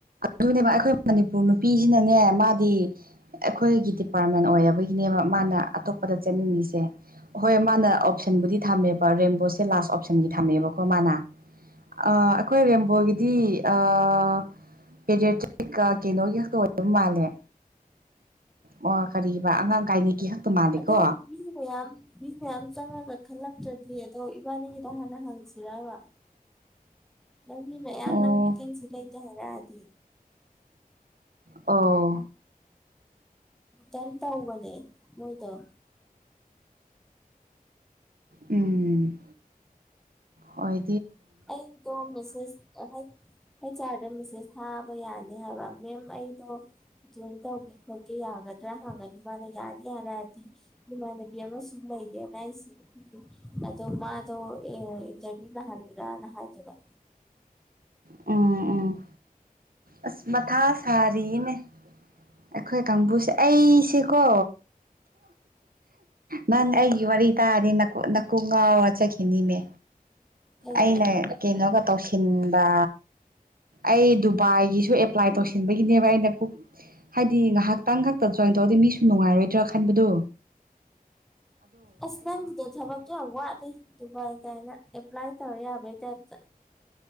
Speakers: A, on the right (about 70°); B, in the centre.
A: ꯑꯗꯨꯅꯦꯕ ꯑꯩꯈꯣꯏ ꯃꯅꯤꯄꯨꯔ ꯅꯨꯄꯤꯁꯤꯅꯅꯦ ꯃꯥꯗꯤ ꯑꯩꯈꯣꯏꯒꯤ ꯗꯤꯄꯥꯔꯠꯃꯦꯟ ꯑꯣꯏꯔꯕꯒꯤꯅꯦꯕ ꯃꯥꯅ ꯑꯇꯣꯞꯄꯗ ꯆꯠꯅꯤꯡꯉꯤꯁꯦ ꯍꯣꯏ ꯃꯥꯅ ꯑꯣꯞꯁꯟꯕꯨꯗꯤ ꯊꯝꯃꯦꯕ ꯔꯦꯟ ꯁꯦ ꯂꯥꯁ ꯑꯣꯞꯁꯟꯒꯤ ꯊꯝꯃꯦꯕꯀꯣ ꯃꯥꯅ ꯑꯥ ꯑꯩꯈꯣꯏ ꯔꯦꯝꯕꯣꯒꯤꯗꯤ ꯑꯥ.... ꯄꯦꯔꯤꯗꯤꯛꯀꯥ ꯀꯩꯅꯣꯒꯤ ꯈꯛꯇ ꯑꯣꯏꯕ ꯃꯥꯜꯂꯦ ꯑꯣ ꯀꯥꯔꯤꯕ ꯑꯉꯥꯡ ꯒꯥꯏꯅꯤꯒꯤ ꯃꯥꯜꯂꯦꯀꯣ
B: ꯑꯗꯣ ꯃꯤ ꯃꯌꯥꯝ ꯃꯤ ꯃꯌꯥꯝ ꯆꯪꯉꯒ ꯈꯜꯂꯛ ꯇ꯭ꯔꯗꯤ ꯑꯗꯣ ꯏꯕꯥꯅꯤꯒꯤꯗꯣ ꯍꯥꯟꯅ ꯍꯪꯁꯤꯔꯕ ꯅꯪꯒꯤ ꯃꯌꯥꯝ
A: ꯑꯣ
B: ꯅꯪ ꯕꯤꯀꯟꯁꯤ ꯂꯩꯇꯦ ꯍꯥꯏꯔꯛꯑꯗꯤ
A: ꯑꯣ
B: ꯇꯟ ꯇꯧꯕꯅꯦ ꯃꯣꯏꯗꫭ
A: ꯎꯝ ꯍꯣꯏ
B: ꯑꯩꯗꯣ ꯃꯦꯁꯦꯁ ꯍꯥꯏ ꯍꯩꯠ ꯑꯥꯔꯗ ꯃꯦꯁꯦꯁ ꯊꯥꯕ ꯌꯥꯅꯤ ꯍꯥꯏꯕ ꯃꯦꯝ ꯑꯩꯗꯣ ꯖꯣꯏꯟ ꯇꯧꯒꯦ ꯈꯣꯠꯀꯦ ꯌꯥꯒꯗ꯭ꯔꯥ ꯍꯥꯡꯉꯅꯤ ꯃꯥꯅ ꯌꯥꯅꯤ ꯍꯥꯏꯔꯛꯑꯗꯤ ꯏꯃꯥꯟꯅꯕꯤ ꯑꯃꯁꯨ ꯀꯩꯒꯤ ꯑꯦꯟ ꯑꯥꯏ ꯁꯤ ꯑꯗꯣ ꯃꯥꯗꯣ ꯏꯟꯇꯔꯚꯤꯌꯨ ꯂꯍꯜꯂ ꯔꯅ <unintelligible> ꯍꯥꯏꯗꯨꯏꯕ
A: ꯎꯝ ꯎꯝ ꯑꯁ ꯃꯊꯥ ꯁꯔꯤꯅꯦ ꯑꯩꯈꯣꯏ ꯀꯥꯡꯕꯨꯁꯦ ꯑꯩꯁꯦꯀꯣ ꯅꯪ ꯑꯩꯒꯤ ꯋꯥꯔꯤ ꯇꯥꯔꯗꯤ ꯅꯥꯀꯣꯛ ꯉꯥꯎꯔ ꯆꯠꯈꯤꯅꯤꯃꯦ
B: ꯀꯩꯒꯤ
A: ꯑꯩꯅ ꯀꯩꯅꯣꯒ ꯇꯧꯁꯤꯟꯕ ꯑꯩ ꯗꯨꯕꯥꯏꯒꯤꯁꯨ ꯑꯦꯄ꯭ꯂꯥꯏ ꯇꯧꯁꯤꯟꯕꯒꯤꯅꯦꯕ ꯑꯩꯅ ꯍꯥꯏꯗꯤ ꯉꯥꯏꯍꯥꯛꯇꯪ ꯈꯛꯇ ꯆ ꯇꯧꯗꯤ ꯃꯤꯁꯨ ꯅꯨꯡꯉꯥꯏꯔꯣꯏꯗ꯭ꯔꯥ ꯈꯟꯕꯗꯨ
B: ꯑꯁ ꯅꯪꯒꯤꯗꯤ ꯊꯕꯛꯇꯣ ꯌꯥꯝꯅ ꯋꯥꯠꯂꯦ ꯗꯨꯕꯥꯥꯏ ꯀꯥꯏꯅ ꯑꯦꯄ꯭ꯂꯥꯏ ꯇꯧ ꯌꯥꯕꯩ ꯇꯥꯞꯇ